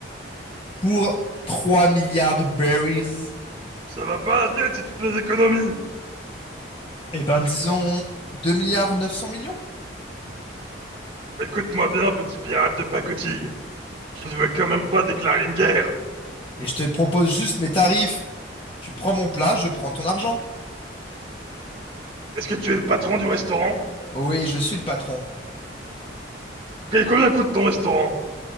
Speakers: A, on the left (about 30°); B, on the right (about 30°).
A: pour 3 milliards de berries.
B: Ça va pas la tête, c'est toutes mes économies.
A: Eh ben, disons 2 milliards 900 millions.
B: Écoute-moi bien, petit pirate de pacotille. Tu ne veux quand même pas déclarer une guerre?
A: Mais je te propose juste mes tarifs. Tu prends mon plat, je prends ton argent.
B: Est-ce que tu es le patron du restaurant?
A: Oui, je suis le patron.
B: Et combien coûte ton restaurant?